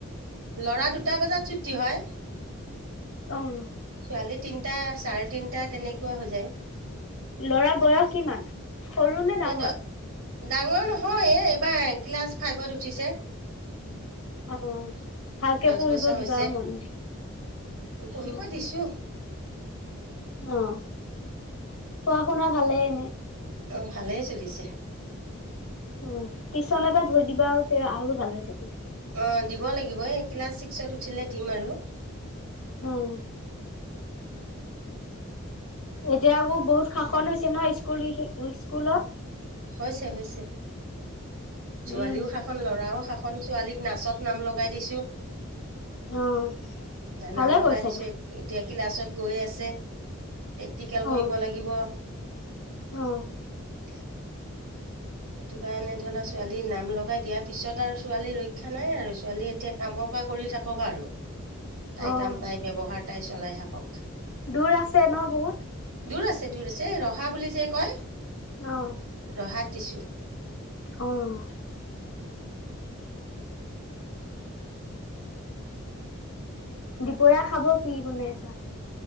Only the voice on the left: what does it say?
অ'।
লৰা বয়স কিমান, সৰু নে ডাঙৰ?
অ'। ভালকে
পঢ়িব
দিবা আৰু মন দি,
অ'।
আহ। পঢ়া শুনা ভালে এনে।
উম। টিশন এটা ধৰি দিবা তে আৰু ভাল হৈ যাব।
আহ। এতিয়া আকৌ বহুত শাসন হৈছে নহ স্কুল স্কুলত।
উম।
অ'
ভালে
কৰিছা
দে।
অ',
অ'।
অ',
দূৰ আছে ন বহুত?
অ',
অ'। দুপৰীয়া খাব কি বনাই আছা?